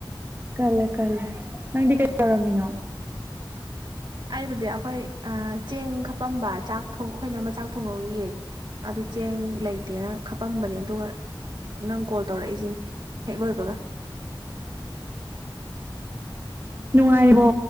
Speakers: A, on the right; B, on the right.
A: ꯀꯜꯂꯦ ꯀꯜꯂꯦ ꯅꯪꯗꯤ ꯀꯩ ꯇꯧꯔꯝꯃꯤꯅꯣ
B: ꯑꯩꯕꯨꯗꯤ ꯑꯩꯈꯣꯏ ꯆꯦꯡ ꯈꯞꯄꯝꯕ ꯆꯥꯛ ꯊꯣꯡ ꯑꯩꯈꯣꯏ ꯏꯅꯥꯝꯃ ꯆꯥꯛ ꯊꯣꯡꯍꯧꯔꯤꯌꯦ ꯫ ꯑꯗꯨ ꯆꯦꯡ ꯂꯩꯇꯦꯅ ꯈꯞꯄꯝꯕꯅꯦ ꯑꯗꯨꯒ ꯅꯪ ꯀꯣꯜ ꯇꯧꯔꯛꯏꯁꯤꯅꯦ ꯍꯦꯛ ꯂꯣꯏꯕꯒ ꯫ <inaudible>
A: ꯅꯨꯡꯉꯥꯏꯔꯤꯕꯣ